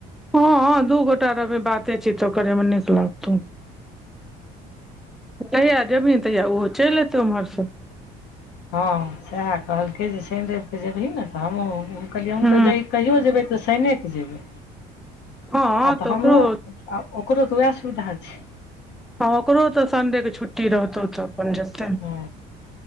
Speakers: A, in the centre; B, on the left.
A: हँ दू गोटा री बाते छी तो करे मे नीक लागतौ जहिआ जेबही तहिया ओहो चलि एयतै ओम्हरसँ
B: हँ सएह कहलकै जे शनि रविके जेबही ने तऽ हमहूँ कहलै हमहँ
A: हँ
B: तऽ ज कहियओ जेयबै तऽ शैने क जेबै
A: हँ
B: आ तऽ हमहुं
A: ओकरो
B: ओकरो तऽ उएह सुविधा छै
A: हँ ओकरो तऽ संडेके छुट्टी रहतौ तऽ अपन जते ने
B: हँ